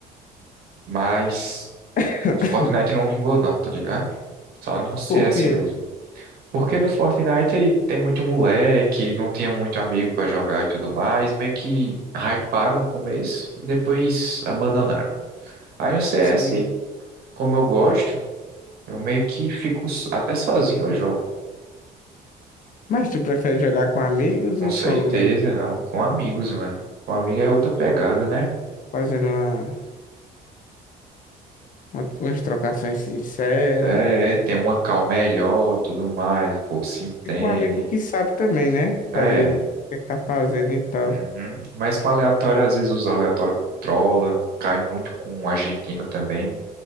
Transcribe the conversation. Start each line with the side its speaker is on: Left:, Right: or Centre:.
Right: Mas
Left: <laughs>
Right: no Fortnite não
Left: <coughs>
Right: vingou não, tá ligado? Só no CS
Left: Por quê?
Right: mesmo. Porque no Fortnite tem muito moleque, não tinha muito amigo pra jogar e tudo mais. Meio que hyparam no começo e depois abandonaram. Aí no CS,
Left: Sim.
Right: como eu gosto, eu meio que fico s- até sozinho eu jogo.
Left: Mas tu prefere jogar com amigos
Right: Com
Left: ou
Right: certeza,
Left: solo mesmo?
Right: não. Com amigos, mano. Com amigo é outra pegada, né?
Left: Fazendo uma, uma- umas trocações sinceras.
Right: É, é, tem uma calma melhor, tudo mais, o povo se entende.
Left: E com um amigo que sabe também, né?
Right: É.
Left: Fazer o que é que tá fazendo e tal.
Right: uhum. Mas com aleatório, às vezes os aleatórios trola, cai muito com o argentino também.